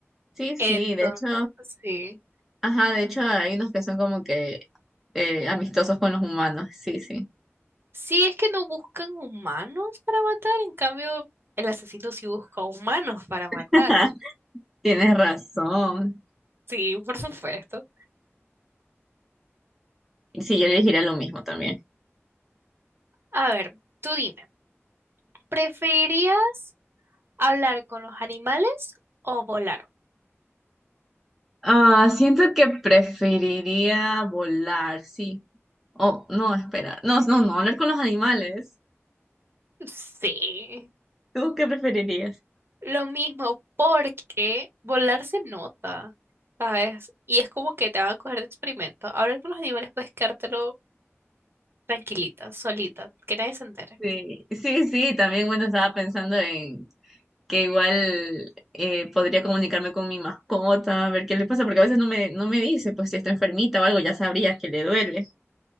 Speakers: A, in the centre; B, on the right.
A: sí, sí,
B: Entonces,
A: de hecho,
B: sí.
A: ajá, de hecho hay unos que son como que eh, amistosos con los humanos. Sí, sí.
B: Sí, es que no buscan humanos para matar. En cambio, el asesino sí busca humanos para matar.
A: <laughs> Tienes razón.
B: Sí, por supuesto.
A: Y Sí, yo elegiría lo mismo también.
B: A ver, tú dime, ¿preferirías hablar con los animales o volar?
A: Ah, siento que preferiría volar, sí. Oh, no, espera. No, no, no, hablar con los animales.
B: Sí,
A: ¿Tú qué preferirías?
B: lo mismo, porque volar se nota, ¿sabes? Y es como que te van a coger de experimento. Hablar con los animales puedes quedártelo tranquilita, solita, que nadie se entere.
A: Sí, sí, sí, también bueno, estaba pensando en que igual eh, podría comunicarme con mi mascota, a ver qué le pasa, porque a veces no me, no me dice, pues si está enfermita o algo, ya sabría que le duele.